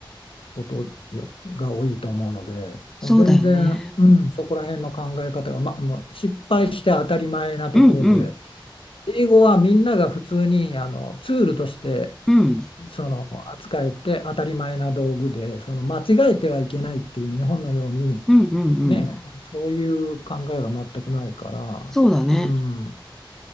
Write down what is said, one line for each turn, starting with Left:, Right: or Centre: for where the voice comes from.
Left: ことよが多いと思うので、
Centre: そうだよね。
Left: もう全然、うん、そこら辺の考え方が、ま、あの失敗して当たり前なところで、
Centre: うんうん。
Left: 英語はみんなが普通にあのツールとして
Centre: うん。
Left: その扱えて当たり前な道具で、その間違えてはいけないっていう日本のように、
Centre: うんうんうん。
Left: ね、そういう考えが全くないから、
Centre: そうだね。
Left: うん、